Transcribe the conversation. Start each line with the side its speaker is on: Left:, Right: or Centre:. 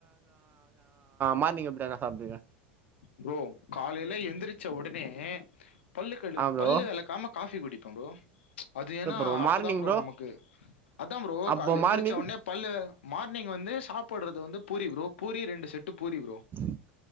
Right: மார்னிங் வீட்ல என்ன சாப்டுவீங்க
Left: ப்ரோ காலைல எந்திரிச்ச உடனே பல்லு கடு
Right: ஆ ப்ரோ
Left: பல்லு வெளக்காம காஃபி குடிப்பே ப்ரோ அது
Right: சூப்பர்
Left: ஏன்னா
Right: ப்ரோ
Left: அப்பதா
Right: மார்னிங்
Left: ப்ரோ நமக்கு அதான் ப்ரோ
Right: அப்போ
Left: கால்ல எந்திரிச்ச
Right: மார்னிங்
Left: ஒன்னே பல்லு மார்னிங் வந்து சாப்ட்றது வந்து பூரி ப்ரோ பூரி ரெண்டு செட்டு பூரி ப்ரோ
Right: <inaudible>